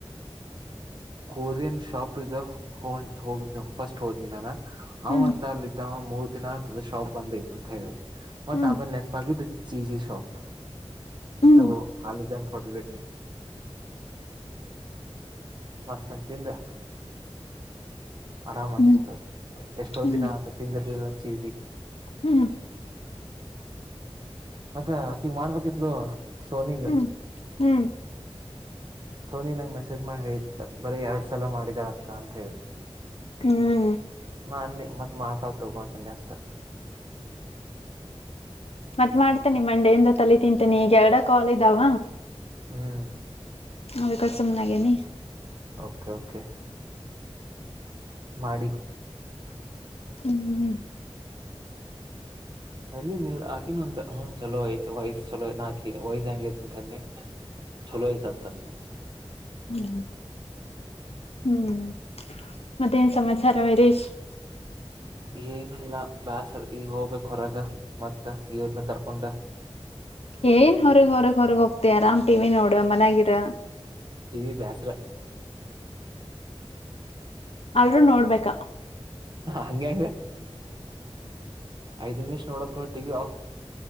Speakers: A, on the right; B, on the left.
A: ಕೊರಿಯನ್ ಶಾಪ್ ಈಗ ಹೊಂಟ ಹೋಗ ಫಸ್ಟ್ ಹೋದನಿ ನಾನ ಅವ
B: ಹ್ಮ್
A: ಒಂದ್ ಅಲ್ಲಿ ಇದಿದ್ದವ ಮೂರ್ ದಿನ ಶಾಪ್ ಬಂದ್ ಅಂತ ಹೇಳಿದ ಮತ್ತ
B: ಹ್ಮ್
A: ಆಮೇಲೆ ನೆನಪು ಆಗಿದ್ದು ಚೀಜಿ ಶಾಪ್
B: ಹ್ಮ್
A: ಮತ್ತೆ ಅಲ್ಲಿ ಜಂಪ್ ಹೊಡೆದ
B: <inaudible>
A: ಮಾಸ್ತಗಿ ತಿಂದು ಆರಾಮ
B: ಹ್ಮ್
A: ಆಗ್ಸತ ಎಷ್ಟೋ
B: ಹ್ಮ್
A: ದಿನ ಆತ ತಿಂದಿರ್ಲಿಲ್ಲ ಚೀಸಿಗೆ
B: ಹ್ಮ್
A: ಮತ್ತ ಆಕಿಗ್ ಮಾಡ್ಬೇಕಿತ್ಲು ಸೋನಿಗ
B: ಹ್ಮ್ ಹ್ಮ್
A: ಸೋನಿ ನಂಗ ಮೆಸೇಜ್ ಮಾಡಿ ಹೇಳಿದ್ದ ಬರೀ ಎರಡ್ ಸಲ ಮಾಡಿದಾಳ ಅಕ್ಕ ಅಂತ ಹೇಳಿ
B: ಹ್ಮ್
A: ನಾನೆ ಮತ್ ಮಾಡ್ತಾರೇ ತಗೋ ಅಂದೇ ಅಷ್ಟೇ
B: ಮತ್ತ್ ಮಾಡ್ತನಿ ಮಂಡೇಯಿಂದ ತಲೆ ತಿಂತನಿ ಈಗ ಎರಡ ಕಾಲ್ ಇದಾವ
A: ಹ್ಮ್
B: ಅದಕ್ಕ ಸುಮ್ನಾಗೇನಿ
A: ಓಕೆ ಓಕೆ ಮಾಡಿ
B: ಹ್ಮ್
A: ತಲ್ಲಿ ನಿಲ್ ಆಕಿನ ಒಂದ್ ಹ್ಮ ಚಲೋ ಆಯ್ತು ವಯ್ಸ್ ಚಲೋ ವಯ್ಸ್ ಹೆಂಗಯ್ತಂತನ್ನಿ ಚಲೋ ಇದಂತ
B: ಹ್ಮ್ ಹ್ಮ್ ಮತ್ತೇನ್ ಸಮಾಚಾರ <unintelligible>
A: ಏನಿಲ್ಲ ಬ್ಯಾಸರ್ ಈಗ ಹೋಗ್ಬೇಕ ಹೊರಗ ಮತ್ತ ಇವ್ರನ್ನ ಕರ್ಕೊಂಡ
B: ಏನ್ ಹೊರಗ್ ಹೊರಗ್ ಹೊರಗ್ ಹೋಗ್ತಿ ಆರಾಮ್ ಟಿವಿ ನೋಡು ಮನ್ಯಯಾಗ ಇರು
A: ಟಿ ವಿ ಬ್ಯಾಸರ
B: ಆದ್ರು ನೋಡಬೇಕಾ
A: ಹಂಗೆ ಐದ್ ನಿಮಿಷ ನೋಡೋಕು ಟಿವಿ ಆಫ್